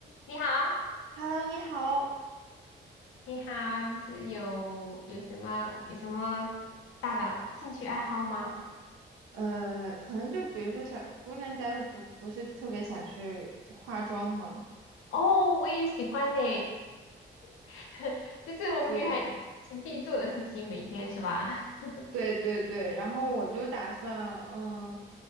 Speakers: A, on the left; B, on the right.
A: 你好，
B: Hello，你好。
A: 你好，就是有有什么有什么大的兴趣爱好吗？
B: 呃，可能就比如说小姑娘家不不是特别想去化妆嘛，
A: 哦，我也喜欢呢，<laughs> 就是我们女孩子必做的事情，
B: 对
A: 每天是吧？<laughs>
B: 对对对，然后我就打算，嗯